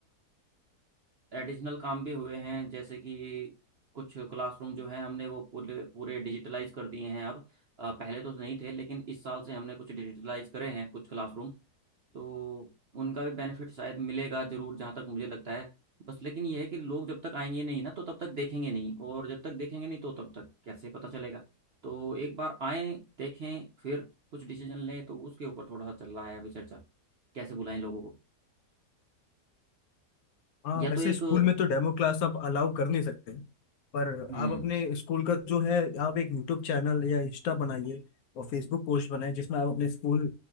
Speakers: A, on the right (about 60°); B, on the left (about 70°).
A: एडिशनल काम भी हुए हैं जैसे कि कुछ क्लासरूम जो है हमने वो पूरे पूरे डिजिटलाइज कर दिए हैं अब अ, पहले तो नहीं थे लेकिन इस साल से हमने कुछ डिजिटलाइज करे हैं कुछ क्लासरूम तो उनका भी बेनिफिट शायद मिलेगा जरूर जहाँ तक मुझे लगता है बस लेकिन ये है कि लोग जब तक आएंगे नहीं ना तो तब तक देखेंगे नहीं और जब तक देखेंगे नहीं तो तब तक कैसे पता चलेगा तो एक बार आए देखें फिर कुछ डिसीजन लें तो उसके ऊपर थोड़ा सा चल रहा है अभी चर्चा कैसे बुलाएं लोगों को
B: हाँ
A: या
B: वैसे
A: तो एक
B: स्कूल में तो डेमो क्लास आप अलाउ कर नहीं सकते पर
A: हम्म
B: आप अपने स्कूल का जो है आप एक यूट्यूब चैनल या इंस्टा बनाइए और फेसबुक पोस्ट बनाइए जिसमें आप अपने स्कूल